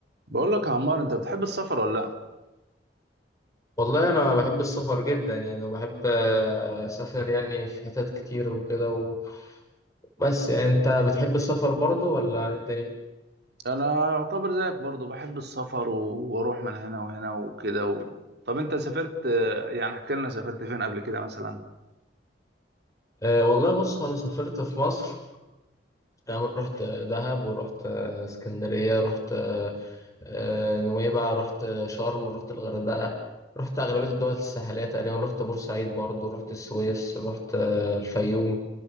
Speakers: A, on the right (about 65°); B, on the left (about 20°).
A: بقول لك يا عمار انت بتحب السفر ولا لا
B: والله انا بحب السفر جدا يعني وبحب آه، اسافر يعني في حتت كتير وكده و... بس يعني انت بتحب السفر برضه ولا إيه الدنيا
A: انا يعتبر زيك برضو بحب السفر و... واروح من هنا وهنا وكده و... طب انت سافرت يعني احكي لنا سافرت فين قبل كده مثلا
B: أه والله بص انا سافرت في مصر يعني رحت دهب ورحت آه، اسكندرية رحت آه، آه، نويبع رحت آه، شرم رحت الغردقة رحت أغلبية الدول الساحلية تقريبا رحت بورسعيد برضو رحت السويس رحت آه، الفيوم